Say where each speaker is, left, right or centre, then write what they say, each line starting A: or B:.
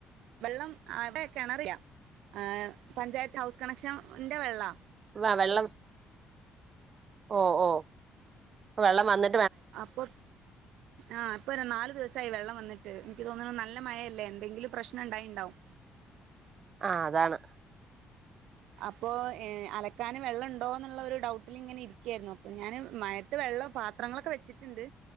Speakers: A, on the right; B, on the right.
A: വെള്ളം ഇവിടെ കിണറില, ഏഹ് പഞ്ചായത്ത് ഹൗസ് കണക്ഷ ന്റെ വെള്ളാ
B: വ വെള്ളം <inaudible> ഓ ഓ, വെള്ളം വന്നി
A: അപ്പൊ, ആഹ് ഇപ്പൊ രു നലു ദിവസ് സ്സായി വെള്ളം വന്നിട്ട്. എനിക്ക് തോന്നുന്നു നല്ല മഴയല്ലേ, എന്തെങ്കിലും പ്രശ്നം ഇണ്ടായിണ്ടാവും.
B: ആഹ് അതാണ്.
A: അപ്പൊ ഏഹ് അലക്കാനു വെള്ളണ്ടോ എന്നുള്ള ഒരു ഡൗട്ടില് ഇങ്ങനെ ഇരിക്കെർന്നു. അപ്പൊ ഞാന് മഴത്ത് വെള്ളം പാത്രങ്ങളൊക്കെ വെച്ചിട്ടുണ്ട്.